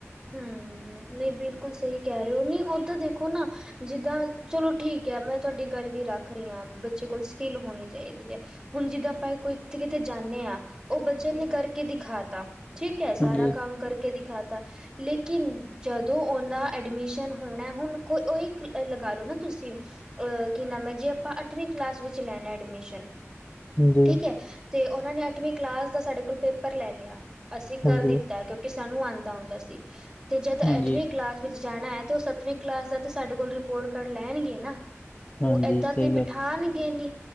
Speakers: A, on the right (about 20°); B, on the left (about 30°).
A: ਹਮ ਨਹੀਂ ਬਿਲਕੁਲ ਸਹੀ ਕਹਿ ਰਹੇ ਹੋ ਨਹੀਂ ਓਦਾਂ ਦੇਖੋ ਨਾ ਜਿੱਦਾਂ ਚਲੋ ਠੀਕ ਹੈ ਮੈਂ ਤੁਹਾਡੀ ਗੱਲ ਵੀ ਰੱਖ ਰਹੀ ਹਾਂ ਬੱਚੇ ਕੋਲ ਸਕਿੱਲ ਹੋਣੀ ਚਾਹੀਦੀ ਹੈ ਹੁਣ ਜਿੱਦਾਂ ਆਪਾਂ ਕੋਈ ਕਿਤੇ ਜਾਂਦੇ ਹਾਂ ਉਹ ਬਚਨ ਨੇ ਕਰਕੇ ਦਿਖਾ ਤਾ ਠੀਕ ਏ ਸਾਰਾ
B: ਹਾਂਜੀ
A: ਕੰਮ ਕਰਕੇ ਦਿਖਾ ਤਾਂ ਲੇਕਿਨ ਜਦੋਂ ਉਹਦਾ ਐਡਮਿਸ਼ਨ ਹੋਣਾ ਹੁਣ ਕੋ ਉ ਓਹੀ ਲਗਾ ਲੋ ਨਾ ਤੁਸੀਂ ਅਹ ਕੀ ਨਾਮ ਹੈ ਜੇ ਆਪਾਂ ਅੱਠਵੀਂ ਕਲਾਸ ਵਿੱਚ ਲੈਣਾ ਐਡਮਿਸ਼ਨ
B: ਹਾਂਜੀ
A: ਠੀਕ ਹੈ। ਤੇ ਉਹਨਾਂ ਨੇ ਅੱਠਵੀਂ ਕਲਾਸ ਦਾ ਸਾਡੇ ਕੋਲ ਪੇਪਰ ਲੈ ਲਿਆ ਅਸੀਂ ਕਰ
B: ਹਾਂਜੀ
A: ਦਿੱਤਾ ਕਿਉਂਕਿ ਸਾਨੂੰ ਆਉਂਦਾ ਹੁੰਂਦਾ ਸੀ ਤੇ ਜਦ
B: ਹਾਂਜੀ
A: ਅੱਠਵੀਂ ਕਲਾਸ ਵਿੱਚ ਜਾਣਾ ਹੈ ਤੇ ਉਹ ਸੱਤਵੇਂ ਕਲਾਸ ਦਾ ਤੇ ਸਾਡੇ ਕੋਲ ਰਿਪੋਰਟ ਕਾਰਡ ਲੈਣਗੇ ਨਾ
B: ਹਾਂਜੀ
A: ਉਹ ਏਦਾਂ
B: ਸਹੀ
A: ਤੇ ਬਿਠਾਉਣਗੇ
B: ਗੱਲ
A: ਨੀ